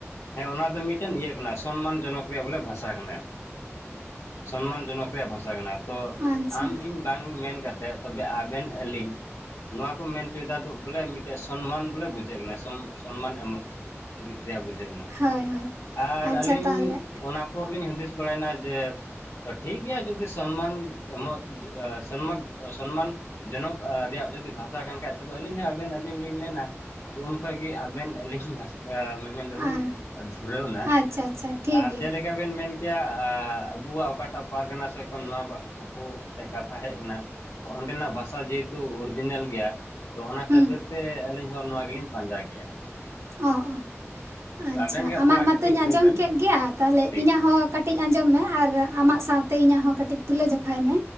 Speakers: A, on the left; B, on the right.
A: ᱦᱮᱸ ᱚᱱᱟ ᱫᱚ ᱢᱤᱫᱴᱮᱱ ᱤᱭᱟᱹ ᱠᱟᱱᱟ ᱥᱚᱱᱢᱟᱱ ᱡᱚᱱᱚᱠ ᱨᱮᱭᱟᱜ ᱵᱚᱞᱮ ᱵᱷᱟᱥᱟ ᱠᱟᱱᱟ ᱥᱚᱱᱢᱟᱱ ᱡᱚᱱᱚᱠ ᱨᱮᱭᱟᱜ ᱵᱷᱟᱥᱟ ᱠᱟᱱᱟ ᱛᱚ
B: ᱟᱪᱪᱷᱟ
A: ᱟᱢ ᱤᱧ, ᱵᱟᱝ ᱢᱮᱱ ᱠᱟᱛᱮ ᱛᱚᱵᱮ ᱟᱵᱮᱱ ᱟᱹᱞᱤᱧ ᱱᱚᱣᱟ ᱠᱩ ᱢᱮᱱ ᱪᱩᱭᱫᱟ ᱫᱚ ᱵᱚᱞᱮ ᱢᱤ ᱥᱚᱱᱢᱟᱱ ᱵᱚᱞᱮ ᱵᱩᱡᱷᱟᱹᱜ ᱠᱟᱱᱟ ᱥᱚᱢ ᱥᱚᱱᱢᱟᱱ ᱮᱢᱚᱜ ᱫᱤᱡ ᱛᱮᱭᱟᱜ ᱵᱩᱡᱷᱟᱹᱜ ᱠᱟᱱᱟ
B: ᱦᱳᱭ ᱦᱳᱭ
A: ᱟᱨ
B: ᱟᱪᱪᱷᱟ
A: ᱟᱹᱞᱤᱧ
B: ᱛᱟᱦᱚᱞᱮ
A: ᱚᱱᱟ ᱯᱚᱨ ᱞᱤᱧ ᱦᱩᱫᱤᱥ ᱵᱟᱲᱟᱭᱮᱱᱟ ᱡᱮᱻ ᱛᱚ ᱴᱷᱤᱠ ᱜᱮᱭᱟ ᱡᱩᱫᱤ ᱥᱚᱱᱢᱟᱱ ᱮᱢᱚᱜ ᱮ ᱟ ᱥᱚᱱᱢᱟᱫ ᱥᱚᱱᱢᱟᱱ ᱡᱚᱱᱚᱠ ᱟᱨ ᱨᱮᱭᱟᱜ ᱡᱩᱫᱤ ᱵᱷᱟᱥᱟ ᱠᱟᱱ ᱠᱷᱟᱡ ᱛᱚᱵᱮ ᱟᱹᱞᱤᱧ ᱦᱚᱸ ᱟᱵᱮᱱ ᱟᱹᱞᱤᱧ ᱞᱤᱧ ᱢᱮᱱᱟ ᱛᱚ ᱩᱱᱠᱚᱷᱡ ᱜᱮ ᱟᱵᱮᱱ ᱟᱹᱞᱤᱧ ᱵᱷᱟᱥᱟ ᱢᱮᱱ ᱫᱟᱞᱤᱧ
B: ᱟᱨ
A: ᱫᱷᱩᱨᱟᱹᱣᱱᱟ
B: ᱟᱪᱪᱷᱟ ᱟᱪᱪᱷᱟ ᱴᱷᱤᱠ
A: ᱟᱨ
B: ᱜᱮᱭᱟ
A: ᱡᱮᱞᱮᱠ ᱪᱮᱠᱟ ᱵᱮᱱ ᱢᱮᱱ ᱠᱮᱭᱟ ᱟᱻ ᱟᱵᱩᱣᱟᱜ ᱚᱠᱟᱴᱟᱜ ᱯᱟᱨᱜᱟᱱᱟ ᱥᱮ ᱮᱠᱚᱷᱱ ᱱᱚᱣᱟ ᱵᱟ ᱠᱩᱠᱩ ᱛᱮ ᱠᱟᱛᱷᱟ ᱦᱮᱡ ᱠᱟᱱᱟ ᱛᱚ ᱚᱸᱰᱮᱱᱟᱜ ᱵᱷᱟᱥᱟ ᱡᱮᱦᱮᱛᱩ ᱚᱨᱤᱡᱤᱱᱟᱞ ᱜᱮᱭᱟ ᱛᱚ ᱚᱱᱟ
B: ᱦᱩᱸ
A: ᱠᱷᱟᱹᱛᱤᱨ ᱛᱮ ᱟᱹᱞᱤᱧ ᱦᱚᱸ ᱱᱚᱣᱟ ᱜᱮᱞᱤᱧ ᱯᱟᱸᱡᱟ ᱠᱮᱜ-ᱟ
B: ᱚ ᱚ ᱟᱪᱷᱟ
A: ᱟᱵᱮᱱ ᱜᱮ
B: ᱟᱢᱟᱜ
A: ᱛᱷᱚᱲᱟ
B: ᱢᱟᱛᱚᱧ
A: ᱠᱟᱹᱴᱤᱡ
B: ᱟᱸᱡᱚᱢ
A: ᱞᱟᱹᱭ ᱵᱮᱱ
B: ᱠᱮᱫ ᱜᱮᱭᱟ ᱛᱟᱦᱞᱮ
A: ᱴᱷᱤᱠ
B: ᱤᱧᱟᱹᱜ ᱦᱚᱸ ᱠᱟᱹᱴᱤᱡ ᱟᱸᱡᱚᱢ ᱢᱮ ᱟᱨ ᱟᱢᱟᱜ ᱥᱟᱶᱛᱮ ᱤᱧᱟᱹᱜ ᱦᱚᱸ ᱠᱟᱹᱴᱤᱡ ᱛᱩᱞᱟᱹ ᱡᱚᱠᱷᱟᱭ ᱢᱮ